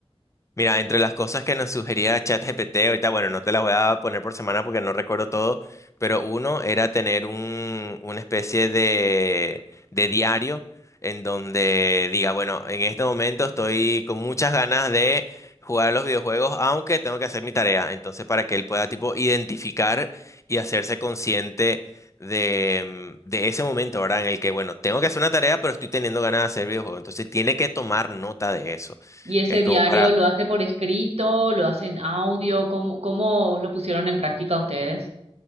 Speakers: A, on the left; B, on the right.
A: Mira, entre las cosas que nos sugería ChatGPT, ahorita, bueno, no te las voy a poner por semana porque no recuerdo todo, pero uno era tener un, una especie de, de diario en donde diga, bueno, en este momento estoy con muchas ganas de jugar a los videojuegos, aunque tengo que hacer mi tarea. Entonces, para que él pueda, tipo, identificar y hacerse consciente de, mm, de ese momento, ¿verdad? En el que, bueno, tengo que hacer una tarea, pero estoy teniendo ganas de hacer videojuegos. Entonces, tiene que tomar nota de eso.
B: Y ese
A: Es
B: diario
A: como para...
B: lo hace por escrito, lo hace en audio, ¿cómo, cómo lo pusieron en práctica ustedes?